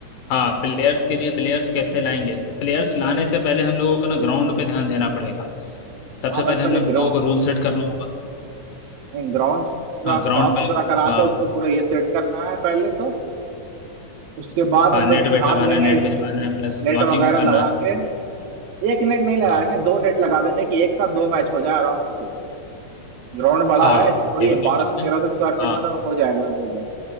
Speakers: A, on the left; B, on the right.
A: हाँ प्लेयर्स के लिए प्लेयर्स कैसे लाएंगे तो प्लेयर्स लाने से पहले हम लोगों को ना ग्राउंड पे ध्यान देना पड़ेगा सबसे
B: हाँ बट
A: पहले
B: पहले
A: हम लोगों
B: ग्राउंड
A: को रूल सेट करना होगा
B: ग्राउंड पूरा
A: हाँ ग्राउंड
B: साफ सुथरा
A: पे
B: करा
A: हाँ
B: के उसको पूरा ये सेट करना है पहले तो उसके बाद
A: हाँ
B: हम
A: नेट
B: लोग ध्यान
A: वेट लगाना
B: देंगे
A: है नेट
B: इस
A: भी लगाना है प्लस
B: नेट
A: मार्किंग
B: वगैरह
A: करना
B: लगा
A: है
B: के एक नेट नहीं लगाएंगे
A: हाँ
B: दो नेट लगा देंगे कि एक साथ दो मैच हो जाए आराम से ग्राउंड बड़ा
A: हाँ
B: है ऐसे थोड़ी
A: ये भी
B: है
A: कर
B: बारह सौ
A: सकते
B: तेरह
A: हैं
B: सौ स्क्वायर फीट
A: हाँ
B: में तो हो जाएगा दो गेम